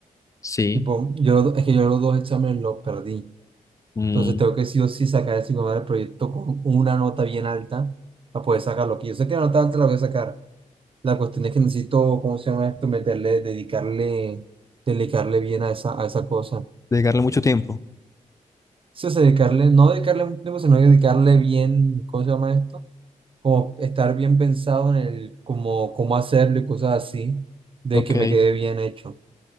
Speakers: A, on the left; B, on the right.
A: Sí,
B: Tipo, yo, los do- es que yo los dos exámenes los perdí.
A: mm,
B: Entonces tengo que sí o sí sacar el del proyecto con una nota bien alta para poder sacarlo. Que yo sé que la nota alta la voy a sacar. La cuestión es que necesito, ¿cómo se llama esto? Meterle, dedicarle, dedicarle bien a esa, a esa cosa.
A: dedicarle mucho tiempo.
B: Sí, o sea, dedicarle, no dedicarle mucho tiempo, sino dedicarle bien, ¿cómo se llama esto? Como estar bien pensado en el, como, cómo hacerlo y cosas así, de
A: Ok.
B: que me quede bien hecho. O